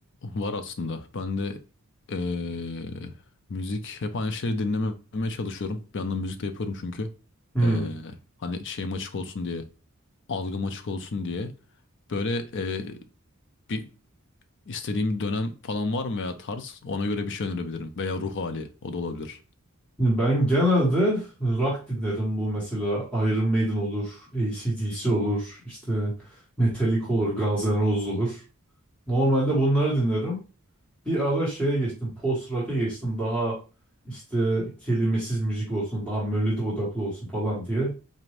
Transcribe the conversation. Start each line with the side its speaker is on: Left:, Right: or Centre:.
Left: var aslında. Ben de ee, müzik hep aynı şeyleri dinlememeye çalışıyorum. Bir yandan müzik de yapıyorum çünkü.
Centre: Hmm.
Left: Ee, hani şeyim açık olsun diye, algım açık olsun diye. Böyle ee, bir istediğim bir dönem falan var mı veya tarz? Ona göre bir şey önerebilirim. Veya ruh hali o da olabilir.
Centre: Şimdi Ben genelde rock dinlerim. Bu mesela Iron Maiden olur, AC/DC olur, işte Metallica olur, Guns N' Roses olur. Normalde bunları dinlerim. Bir ara şeye geçtim. Post rock'a geçtim. Daha işte kelimesiz müzik olsun. Daha melodi odaklı olsun falan diye.